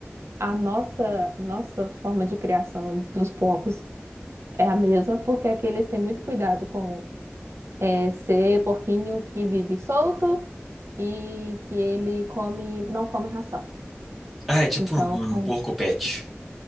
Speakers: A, on the right (about 70°); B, in the centre.
A: a nossa, nossa forma de criação dos porcos é a mesma, porque aqui eles têm muito cuidado com É ser porquinho que vive solto e que ele come, não come ração.
B: Ah, é tipo
A: Então,
B: um
A: <laughs>
B: um porco pet.